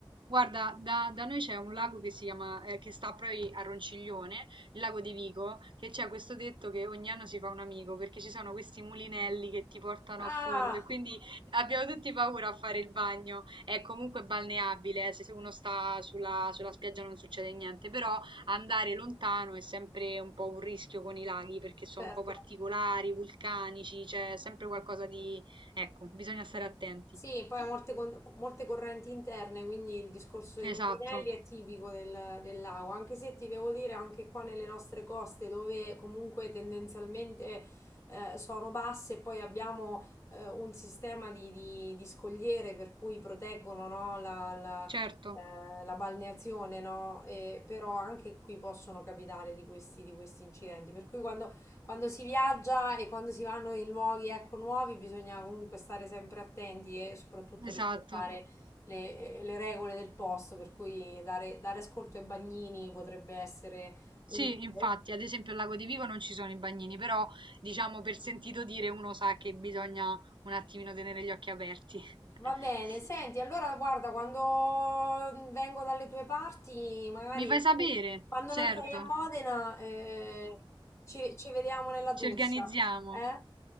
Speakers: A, on the right; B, on the left.
A: Guarda, da, da noi c'è un lago che si chiama, eh, che sta proprio a Ronciglione, il lago di Vico, che c'è questo detto che ogni anno si fa un amico, perché ci sono questi mulinelli che ti portano
B: Ah,
A: a fondo e quindi abbiamo tutti paura a fare il bagno. È comunque balneabile, eh, se se uno sta sulla, sulla spiaggia non succede niente, però andare lontano è sempre un po' un rischio con i laghi, perché sono
B: certo.
A: un po' particolari, vulcanici, c'è sempre qualcosa di... Ecco, bisogna stare attenti.
B: Sì, poi ha molte, con- molte correnti interne, quindi il discorso dei mulinelli
A: Esatto,
B: è tipico del, del lago, anche se ti devo dire anche qua nelle nostre coste dove comunque tendenzialmente eh, sono basse, poi abbiamo eh, un sistema di, di- di scogliere per cui proteggono no, la, la-
A: certo,
B: eh, la balneazione, no? E però anche qui possono capitare di questi, di questi incidenti, per cui quando quando si viaggia e quando si vanno in luoghi ecco, nuovi bisogna comunque stare sempre attenti e soprattutto
A: esatto.
B: rispettare le, eh, le regole del posto, per cui dare, dare ascolto ai bagnini potrebbe essere
A: Sì,
B: utile.
A: infatti, ad esempio al Lago di Vivo non ci sono i bagnini, però diciamo per sentito dire uno sa che bisogna un attimino tenere gli occhi aperti. <laughs>
B: Va bene, senti, allora guarda, quando vengo dalle tue parti, magari
A: Mi fai sapere?
B: quando
A: Certo,
B: non sei a Modena, eh, ci, ci vediamo nella doccia,
A: ci organizziamo.
B: eh?